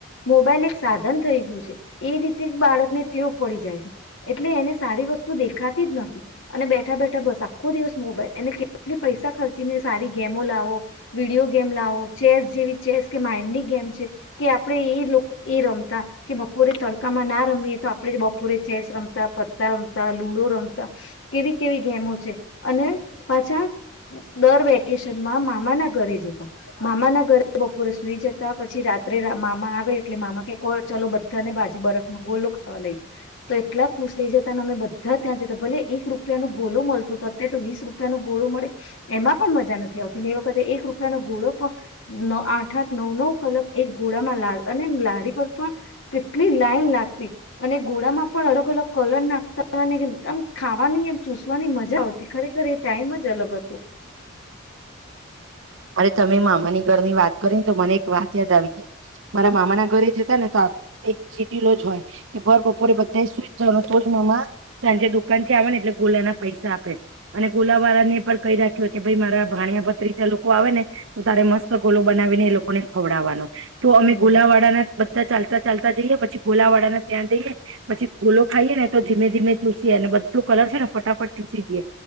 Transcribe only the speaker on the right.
અરે તમે મામાની ઘર ની વાત કરીને તો મને એક વાત યાદ આવી ગઈ મારા મામાના ઘરે જતા ને તો એક ચીટીલો જ હોય કે ભર બપોરે બધાએ સુઈ જ જવાનું તોજ મામા સાંજે દુકાન થી આવે ને એટલે ગોલાના પૈસા આપે. અને ગુલાવાળા ને પણ ક રાખ્યો. કે ભાઈ મારા ભાણયા ભત્રી ચ લોકો. આવે ને તો તારે મસ્ત ગોલો બનાવીને એ લોકોને ખવડાવવાનો. તો
અમે ગોલાવાડા ના બધા ચાલતા. ચાલતા જઈએ પછી ગોલા વાળાને ત્યાં જઈએ પછી ગોલો ખાઈએ ને તો ધીમે ધીમે ચૂસીએ અને બધો કલર છે ને ફટાફટ ચૂસી જઈએ